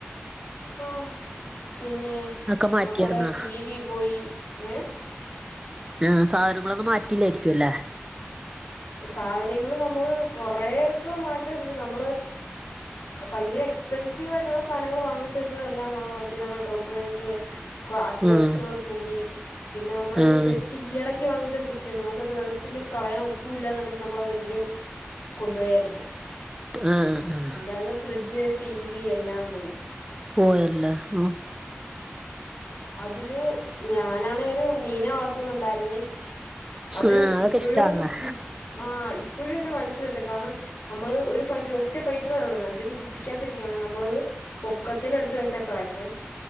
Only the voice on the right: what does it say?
ഒക്കെ മാറ്റിയാർന്നാ
ആഹ് സാധനങ്ങളൊന്നും മാറ്റില്ലായ്രിക്കും അല്ലേ
ആഹ്
ആഹ്
ആഹ് ആഹ്
പോയെല്ല ആഹ്
ആഹ് അതൊക്കെ
ഇഷ്ടാണല്ലേ